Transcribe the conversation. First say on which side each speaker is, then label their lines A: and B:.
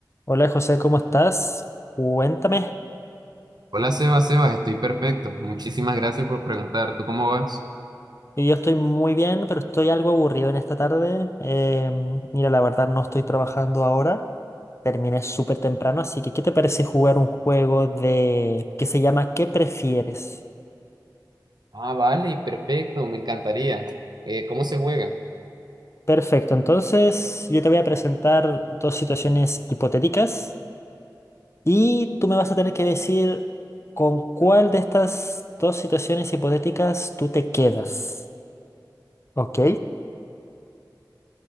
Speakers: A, on the left; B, on the right.
A: Hola José, ¿cómo estás? Cuéntame.
B: Hola Sebas, Sebas, estoy perfecto. Muchísimas gracias por preguntar. ¿Tú cómo vas?
A: Y Yo estoy muy bien, pero estoy algo aburrido en esta tarde. Eh, mira, la verdad no estoy trabajando ahora. Terminé súper temprano, así que ¿qué te parece jugar un juego de que se llama ¿Qué prefieres?
B: Ah, vale, perfecto, me encantaría. Eh, ¿cómo se juega?
A: Perfecto, entonces yo te voy a presentar dos situaciones hipotéticas y tú me vas a tener que decir con cuál de estas dos situaciones hipotéticas tú te quedas. ¿Ok?